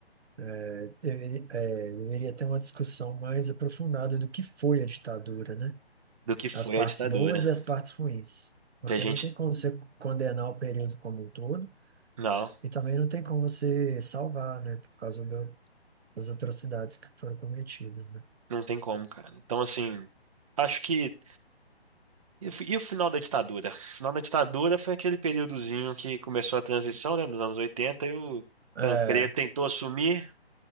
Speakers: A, on the right; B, on the right.
A: é, deveria, é, deveria ter uma discussão mais aprofundada do que foi a ditadura, né?
B: Do que foi
A: As partes
B: a ditadura.
A: boas e as partes ruins. Porque
B: Que a gente.
A: não tem como você condenar o período como um todo
B: Não,
A: e também não tem como você salvar, né? Por causa do- das atrocidades que foram cometidas, né?
B: não tem como, cara. Então, assim, acho que. E o fi- e o final da ditadura? O final da ditadura foi aquele períodozinho que começou a transição, né, dos anos 80, e o
A: É,
B: Tancredo tentou assumir,